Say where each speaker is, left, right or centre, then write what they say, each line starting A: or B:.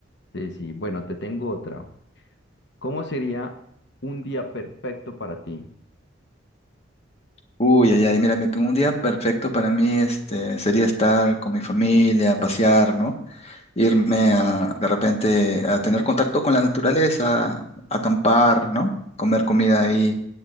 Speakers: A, on the left; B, on the left.
A: Sí, sí. Bueno, te tengo otra. ¿Cómo sería un día perfecto para ti?
B: Uy, ay, ay, mira, mi- un día perfecto para mí este, sería estar con mi familia, pasear, ¿no? irme a, de repente a tener contacto con la naturaleza, acampar, ¿no? Comer comida ahí,